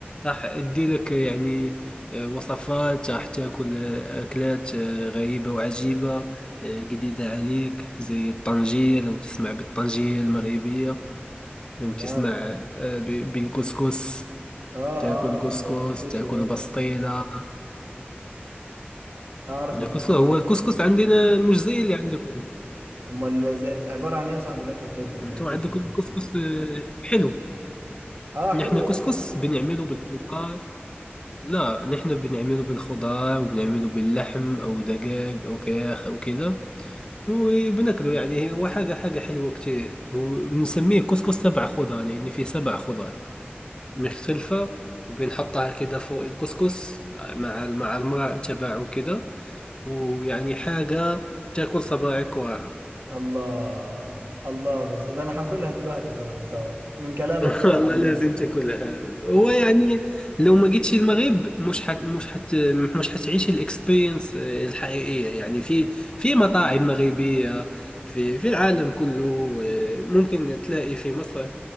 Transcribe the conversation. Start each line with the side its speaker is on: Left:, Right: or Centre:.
Left: راح ادي لك يعني آه، وصفات راح تاكل آه، اكلات آه، غريبة وعجيبة آه، جديدة عليك زي الطنجية لو تسمع بالطنجية المغربية لو
Right: لا
Left: تسمع آه، ب- بالكسكس
Right: اه
Left: تاكل
Right: اعرف
Left: كسكس
Right: ال- الكسكسي
Left: تاكل
Right: اه
Left: بسطيلة
Right: اعرف
Left: الكسكس
Right: الكسكسي
Left: هو
Right: اه
Left: الكسكس عندنا مش زي اللي عندكم
Right: امال زي- عباره عن ايه يا صاحبي الاكله بتاعت الكسكس
Left: انتم عندكم
Right: دي
Left: كسكس آه، حلو
Right: اه
Left: نحن
Right: حلوه
Left: كسكس بنعمله بالخضار لا نحن بنعمله بالخضار وبنعمله باللحم او دجاج او فراخ او كده وبناكله يعني هو حاجة حاجة حلوة كتير وبنسميه كسكس سبع خضار لان فيه سبع خضار مختلفة وبنحطها كده فوق الكسكس مع مع الماء تبعه كده ويعني حاجة تاكل صباعك وراها
Right: الله الله بس ده انا هاكلها دلوقتي يا صاحبي صعب من كلامك
Left: <laughs>
Right: بس
Left: والله
Right: عنها
Left: لازم تاكلها هو يعني لو ما جيتش المغرب مش حت مش حت مش حتعيش الاكسبيرينس الحقيقية يعني في في مطاعم مغربية في في العالم كله ممكن تلاقي في مصر